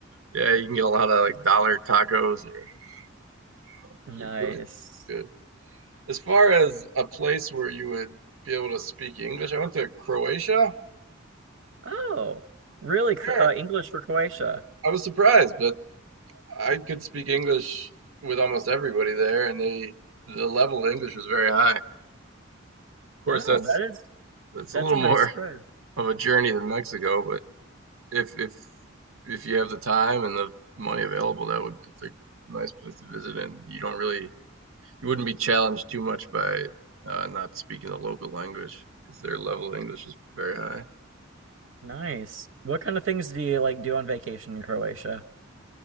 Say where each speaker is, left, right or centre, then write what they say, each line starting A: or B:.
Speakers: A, on the right; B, on the right.
A: Yeah, you can get a lot of like dollar tacos or
B: <laughs> Nice.
A: cheap food. Good. As far as a place where you would be able to speak English, I went to Croatia.
B: Oh, really? Cro-
A: Yeah,
B: Uh, English for Croatia.
A: I was surprised, but I could speak English with almost everybody there, and they the level of English was very high. Of course,
B: Wow,
A: that's
B: that is
A: that's
B: that's
A: a little
B: a nice
A: more
B: spread.
A: of a journey than Mexico, but if if if you have the time and the money available, that would it's like a nice place to visit, and you don't really you wouldn't be challenged too much by uh, not speaking the local language because their level of English is very high.
B: Nice. What kind of things do you like do on vacation in Croatia?